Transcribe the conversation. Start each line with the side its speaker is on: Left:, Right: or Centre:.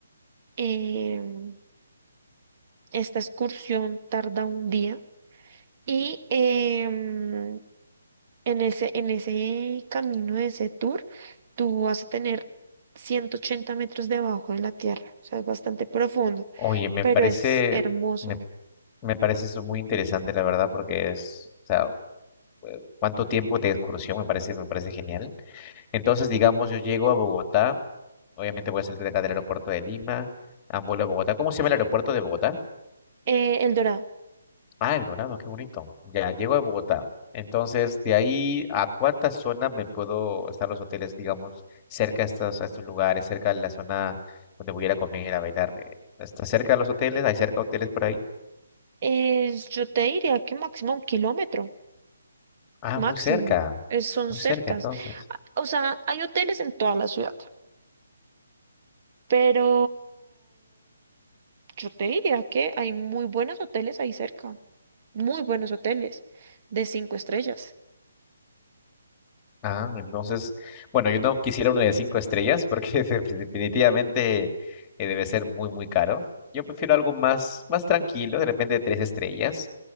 Right: em, Esta excursión tarda un día y em, en ese, en ese camino, de ese tour, tú vas a tener 180 metros debajo de la tierra, o sea, es bastante profundo,
Left: Oye, me
Right: pero
Left: parece,
Right: es hermoso.
Left: me, me parece eso muy interesante, la verdad, porque es, o sea, eh, cuánto tiempo de excursión me parece, me parece genial. Entonces, digamos, yo llego a Bogotá, obviamente voy a salir de acá del aeropuerto de Lima, ah, vuelo a Bogotá. ¿Cómo se llama el aeropuerto de Bogotá?
Right: Eh, El Dorado,
Left: Ah, el Dorado, qué bonito. Ya llego a Bogotá. Entonces, de ahí, ¿a cuántas zonas me puedo estar los hoteles, digamos, cerca a estos, a estos lugares, cerca de la zona donde voy a ir a comer, a bailar? eh, ¿Está cerca de los hoteles? ¿Hay cerca hoteles por ahí?
Right: es- yo te diría que máximo un kilómetro,
Left: Ah,
Right: máximo,
Left: muy cerca.
Right: es- son
Left: Muy
Right: cercas.
Left: cerca, entonces.
Right: Ah, O sea, hay hoteles en toda la ciudad, pero yo te diría que hay muy buenos hoteles ahí cerca. muy buenos hoteles de cinco estrellas.
Left: Ah, entonces, bueno, yo no quisiera uno de cinco estrellas porque <laughs> definitivamente eh, debe ser muy, muy caro. Yo prefiero algo más, más tranquilo, de repente de tres estrellas,